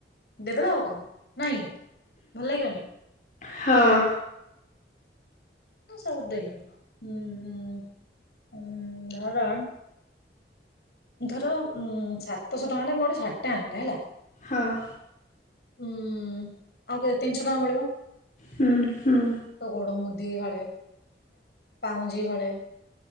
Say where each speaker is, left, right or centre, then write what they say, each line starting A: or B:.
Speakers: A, on the left (about 65°); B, on the left (about 40°).
A: ଦେଇଦେବା ଆଉ କଣ, ନାଇଁ ଭଲ ଲାଗିବନି।
B: ହଁ।
A: ସବୁ ଦେଲ ଉଁ ଉଁ ଧର ଧର ଉ ସାତଶହ ଟଙ୍କାରେ ମୋ ଶାଢୀ ଟା ଆଣିଲେ ହେଲା।
B: ହଁ।
A: ହମ୍ ଆଉ କେତେ ତିନିଶହ ଟଙ୍କା ବଳିବ।
B: ହୁଁ ହୁଁ।
A: ତ ଗୋଡ଼ ମୁଦି ହଳେ ପାଉଁଜି ହଳେ